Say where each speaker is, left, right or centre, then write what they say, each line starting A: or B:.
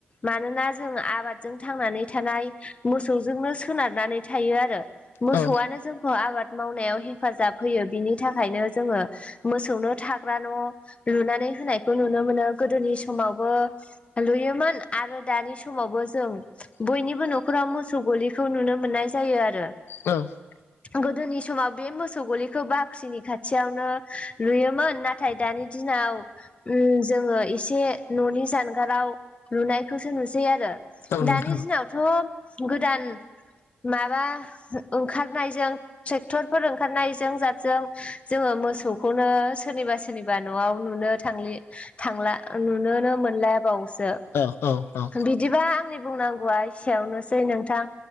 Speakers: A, on the left; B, on the left.
A: मानोना ज जों आबादजों थांनानै थानाय मोसौजोंनो सोनारनानै थायो आरो मोसौआनो
B: औ नोंथां औ
A: जोंखौ आबाद मावनायाव हेफाजाब होयो बिनि थाखायनो जोङो मोसौनो थाग्रा न' लुनानै होनायखौ नुनो मोनो गोदोनि समावबो लुयोमोन आरो दानि स समावबो जों बयनिबो न'खराव मोसौ गलिखौ नुनो मोननाय जायो आरो
B: औ
A: गोदोनि समाव बे मोसौ गलिखौ बाख्रिनि खाथियावनो लुयोमोन नाथ थाय दानि दिनाव उम जोङो एसे न'नि जानगाराव लुनायखौसो नुस सै आरो
B: औ
A: दानि
B: नोंथां
A: दिनावथ'
B: औ
A: गोदान माबा जो ओंखारनायजों ट्रेक्टरफोर ओंखारनायजों जाबजों जोङो मोसौखौनो सोरनिबा सोरनिबा न'आव नुनो थांलि थांला नुनोनो मोनलायाबावसो
B: औ औ औ
A: बिदिबा आंनि बुंनांगौआ एसेयावनोसै नोंथां